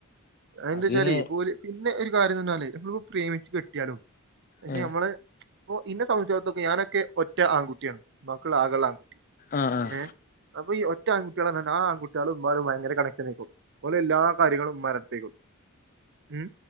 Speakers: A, on the right; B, on the left.
A: അത് ന്തെച്ചാലേ
B: അതിന്
A: പ്പോല് പിന്നെ ഒരു കാര്യം എന്ന് പറഞ്ഞാല് എപ്പഴോ പ്രേമിച്ച് കെട്ടിയാലും പക്ഷെ
B: ആഹ്
A: നമ്മള്, അപ്പൊ ഇന്നെ സംബന്ധിച്ചിടത്തോക്കെ ഞാനൊക്കെ ഒറ്റ ആൺകുട്ടിയാണ്, മ്മാക്ക്ള്ളെ ആകെള്ളാൻകുട്ടി
B: ആഹ്
A: ഏഹ് അപ്പൊ ഈ ഒ ഒറ്റ ആൺകുട്ടികളന്നർഞ്ഞ ആ ആൺകുട്ടികളും മ്മാരും ഭയങ്കര കണക്ഷനായ്ക്കും ഓലെ എല്ലാ കാര്ങ്ങളും മ്മാടുത്തേയ്ക്കും, ഉം